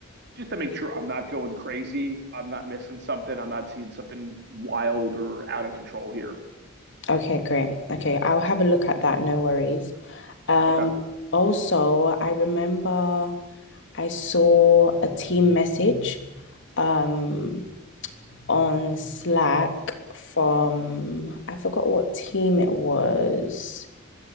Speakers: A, on the right; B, on the left.
A: just to make sure I'm not going crazy, I'm not missing something, I'm not seeing something wild or out of control here.
B: Okay, great. Okay, I'll have a look at that, no worries. Um
A: Okay.
B: also I remember I saw a team message um on Slack from I forgot what team it was.